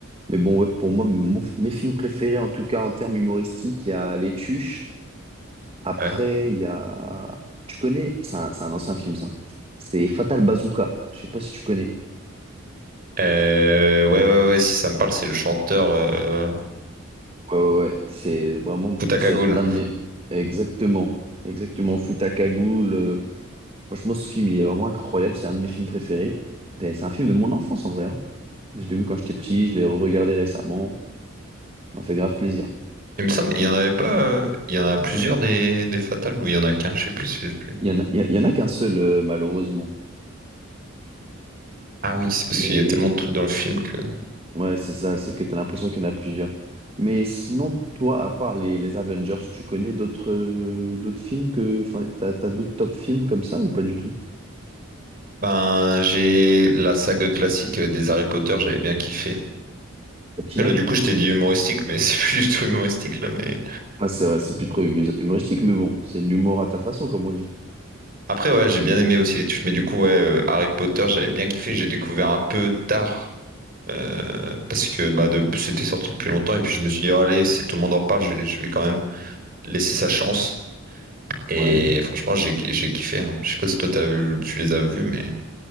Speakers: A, on the right; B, on the right.
A: Mais bon, ouais, pour moi, mon- mes films préférés, en tout cas en termes humoristiques, il y a Les Tuches. Après,
B: Ouais.
A: il y a... Tu connais? C'est un, c'est un ancien film, ça. C'est Fatal Bazooka. Je sais pas si tu connais.
B: Euh, ouais, ouais, ouais, si ça me parle, c'est le chanteur euh,
A: Ouais, ouais, ouais. c'est vraiment,
B: Futaka
A: c'est
B: Goul.
A: l'un de mes, exactement, exactement, Futakagu, le, franchement, ce film, il est vraiment incroyable, c'est un de mes films préférés. Et C'est un film de mon enfance, en vrai, hein. Je l'ai vu quand j'étais petit, je l'ai regardé récemment, ça m'a fait grave plaisir.
B: Il me semble, il y en avait pas, euh, il y en a plusieurs des, des Fatales ou il y en a qu'un, je sais plus, je sais plus.
A: Il y en a, il y, il y en a qu'un seul, euh, malheureusement.
B: Ah oui, c'est parce
A: Mais,
B: qu'il y a tellement de trucs dans le film que.
A: ouais, c'est ça, c'est que t'as l'impression qu'il y en a plusieurs. Mais sinon, toi, à part les, les Avengers, tu connais d'autres, euh, d'autres films que, enfin, t'as, t'as d'autres top films comme ça ou pas du tout?
B: Ben, j'ai la saga classique euh, des Harry Potter, j'avais bien kiffé.
A: Ok.
B: Là, du coup, je t'ai dit humoristique, mais <laughs> c'est plus du tout humoristique, là, mais.
A: Ah, c'est vrai, c'est plus trop humu- humoristique, mais bon, c'est de l'humour à ta façon, comme on dit.
B: Après, ouais, j'ai bien aimé aussi les touches, mais du coup, ouais, euh, Harry Potter, j'avais bien kiffé. J'ai découvert un peu tard euh, parce que bah, de, c'était sorti depuis longtemps. Et puis, je me suis dit, oh, allez, si tout le monde en parle, je, je vais quand même laisser sa chance. Et
A: Ouais.
B: franchement, j'ai j'ai kiffé. hein. Je sais pas si toi, t'as vu, tu les as vus, mais.